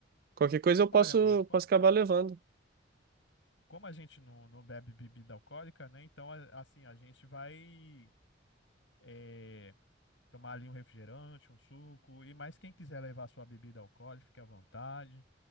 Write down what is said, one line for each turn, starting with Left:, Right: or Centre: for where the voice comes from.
Right: Qualquer coisa eu
Left: Olha,
Right: posso,
Left: mano, quando,
Right: posso acabar
Left: co-
Right: levando.
Left: como a gente não, não bebe bebida alcoólica, né? Então, a- assim, a gente vai. é, Tomar ali um refrigerante, um suco. E mais quem quiser levar sua bebida alcoólica, fique à vontade.